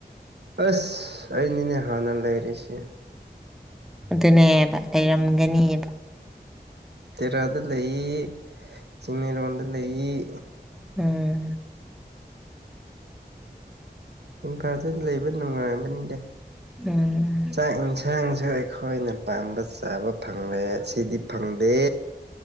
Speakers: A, on the right (about 80°); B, in the centre.
A: ꯑꯁ ꯑꯩꯅꯤꯅꯦ ꯍꯥꯟꯅ ꯂꯩꯔꯤꯁꯦ
B: ꯑꯗꯨꯅꯦꯕ ꯂꯩꯔꯝꯒꯅꯤꯕ
A: ꯇꯦꯔꯥꯗ ꯂꯩ ꯆꯤꯡꯃꯩꯔꯣꯡꯗ ꯂꯩ
B: ꯎꯝ
A: ꯏꯝꯐꯥꯜꯗ ꯂꯩꯕ ꯅꯨꯡꯉꯥꯏ ꯕꯅꯤꯗ
B: ꯎꯝ
A: ꯆꯥꯛ ꯏꯟꯁꯥꯡ ꯌꯦꯟꯁꯥꯡꯁꯨ ꯑꯩꯈꯣꯏꯅ ꯄꯥꯝꯕ ꯆꯥꯕ ꯐꯪꯂꯦ ꯁꯤꯗꯤ ꯐꯪꯗꯦ